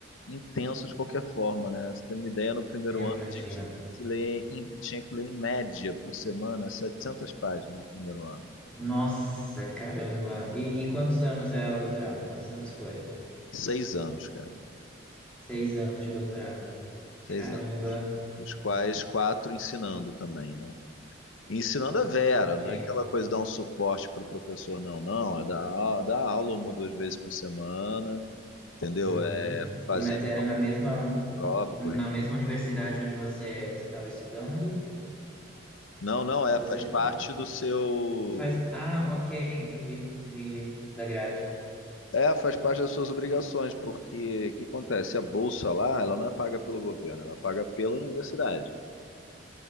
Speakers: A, on the left; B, in the centre.
A: intenso de qualquer forma, né? Você tem uma ideia, no primeiro
B: eu
A: ano
B: imagino.
A: a gente se lê em- tinha que ler em média por semana 700 páginas no primeiro ano.
B: Nossa, caramba. E, e quantos anos é o doutorado? Quantos anos foi?
A: Seis anos, cara,
B: Seis anos de doutorado.
A: seis
B: Caramba.
A: anos, dos quais quatro ensinando também, né? E ensinando a Vera,
B: Ok.
A: não é aquela coisa de dar um suporte para o professor, não, não, é dar, au- dar aula uma ou duas vezes por semana, entendeu?
B: Uhum.
A: É fazer
B: E mas era na mesma
A: prova, corrigir.
B: na mesma universidade onde você você estava estudando
A: Não, não,
B: que
A: é,
B: você
A: faz
B: da-
A: parte do seu.
B: faz Ah, ok, entendi, entendi da grade.
A: É, faz parte das suas obrigações, porque o que acontece? A bolsa lá, ela não é paga pelo governo, ela é paga pela universidade.